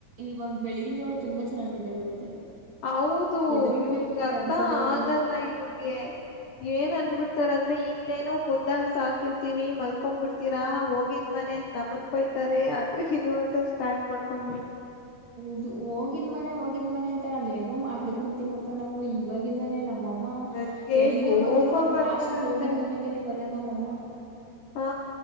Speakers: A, on the right (about 30°); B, on the left (about 70°).
A: ಇವಾಗ ಬೆಳಗಿನ ಜಾವ ತುಂಬಾ ಚೆನ್ನಾಗ್ ನಿದೆೆ ಬರುತ್ತೆ
B: ಹೌದು
A: ಎದೋಳ್ಬೇಕು
B: ಇವ್ರಗ
A: ಅಂತ
B: ಅರ್ಥ
A: ಅನ್ಸೋದೇ ಇಲ್ಲ
B: ಆಗಲ್ಲ ಇವ್ರಿಗೆ ಏನ್
A: ಹ್ಮ್
B: ಅನ್ಬಿಡ್ತಾರಂದ್ರೆ ಇಲ್ಲೇನೋ ಮೊದ ಇದಾಗ ಸಾಕಿರ್ತಿೀವಿ ಮಲ್ಕೊಂಡ್ ಬಿಡ್ತೀರಾ ಹೋಗಿದ್ ಮನೆ ನಮನ್ ಬೈತಾರೆ ಅ ಇದು ಅಂತ ಸ್ಟಾರ್ಟ್ ಮಾಡ್ಕೊಂಬ
A: ಹೌದು ಹೋಗಿದ್ ಮನೆ ಹೋಗಿದ್ ಮನೆ ಅಂತ ಅಲ್ಲಂಗ ಮಾಡ್ಕೊಂತೀವಪ್ಪಾ ನಾವು ಇವಾಗಿಂದನೇ ನಮ್ಮ ಅಮ್ಮ
B: ನನ್ಗೆ
A: ಎಲ್ಲಿಗೆ
B: ಕೋಪ
A: ಬಂದ್ರು
B: ಬರ್ತಾ
A: ಲಾಸ್ಟ್ಲ್ಲಿ
B: ಇರತ್ತೆ.
A: ಹೋಗಿದ್ ಮನೆಗನೆ ಬರದಮ್ಮ ಅಮ್ಮ
B: ಹಾ